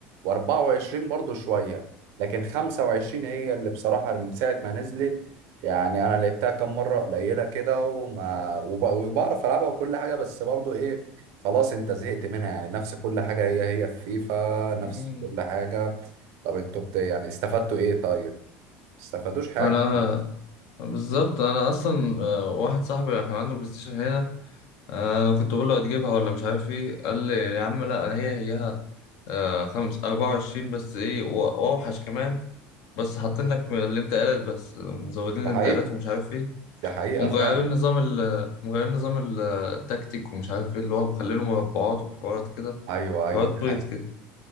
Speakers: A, on the right; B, on the left.
A: و24 برضو شوية لكن 25 هي اللي بصراحة من ساعة ما نزلت يعني انا لعبتها كام مره قليله كده وما وب- وبعرف العبها وكل حاجه بس برضو ايه خلاص انت زهقت منها يعني نفس كل حاجه هي هي في فيفا
B: مم.
A: نفس كل حاجه طب انتوا بت... يعني استفدتوا ايه طيب ما استفادوش حاجه
B: أنا بالظبط أنا أصلا آه، واحد صاحبي كان عنده بلاي ستيشن هنا آه، كنت بقول له هتجيبها ولا مش عارف إيه قال لي يا عم لا هي هيها آه، خمس أربعة وعشرين بس إيه و- وأوحش كمان بس حاطين لك الانتقالات بس مزودين الانتقالات
A: ده حقيقه
B: ومش عارف ايه
A: ده حقيقه
B: ومغيرين
A: فعلا
B: نظام ال مغيرين نظام ال- آه، التكتيك ومش عارف ايه اللي هو مخلينه مربعات وحوارات كده
A: ايوه ايوه
B: حوارات
A: دي
B: بيض
A: حقيقه
B: كده